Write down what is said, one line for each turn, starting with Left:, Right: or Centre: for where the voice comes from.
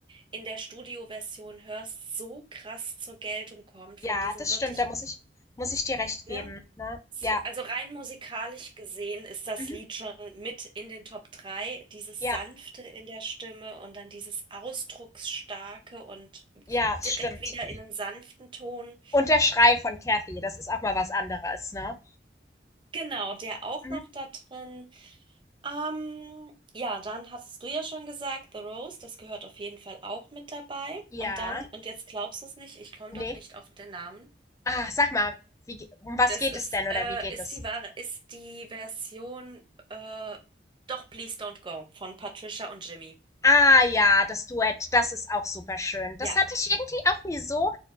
Right: in der Studioversion hörst, so krass zur Geltung kommt
Left: Ja,
Right: von diesem
Left: das
Right: wirklich,
Left: stimmt, da muss ich muss ich dir recht
Right: ne?
Left: geben, ne?
Right: So,
Left: Ja.
Right: also rein musikalisch gesehen ist das
Left: Mhm.
Right: Lied schon mit in den Top 3. Dieses
Left: Ja,
Right: Sanfte in der Stimme und dann dieses Ausdrucksstarke und
Left: ja, es
Right: direkt
Left: stimmt.
Right: wieder in einen sanften Ton.
Left: Und der Schrei von Kathy, das ist auch mal was anderes, ne?
Right: Genau, der auch
Left: Mhm.
Right: noch da drin. Ähm, ja, dann hattest du ja schon gesagt, The Rose, das gehört auf jeden Fall auch mit dabei.
Left: Ja.
Right: Und dann, und jetzt glaubst du es nicht, ich komme
Left: nee.
Right: doch nicht auf den Namen.
Left: Ah, sag mal, wie ge um was
Right: Das
Left: geht
Right: ist,
Left: es denn oder
Right: äh,
Left: wie geht
Right: ist
Left: es?
Right: die wahre, ist die Version, äh, doch Please Don't Go von Patricia und Jimmy.
Left: Ah ja, das Duett, das ist auch super schön. Das
Right: Ja.
Left: hatte ich irgendwie auch nie so.